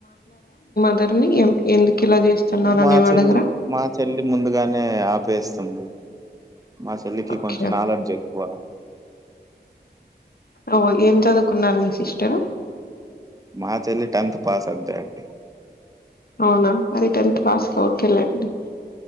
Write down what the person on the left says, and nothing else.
అందరిని ఎమ్ ఎందుకు ఇలా చేస్తున్నారు
అని ఏం
అడగరా
ఓకే
ఓ ఏం చదువుకున్నారు మీ సిస్టరు
అవునా మర టెన్త్ పాస్గా ఓకేలేండి